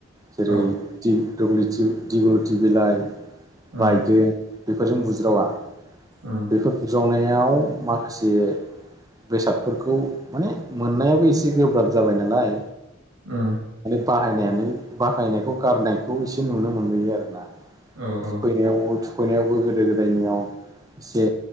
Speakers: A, on the right; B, on the right.
A: जेरै
B: औ
A: दिगलुटि दिगलुटि बिलाइ
B: उम
A: बायदों बेफोरजों बुज्रावा
B: उम
A: बेफोर जनायाव माखासे बेसादफोरखौ माने मोननायाबो ए से गोब्राब जाबाय नालाय
B: ओ
A: बाहायनानै बाहायनायखौ गारनायखौ एसे नुनो मोनबोयो आरो ना
B: औ
A: थुखैनायाव
B: औ
A: थु खैनायावबो गोदो गोदायनियाव एसे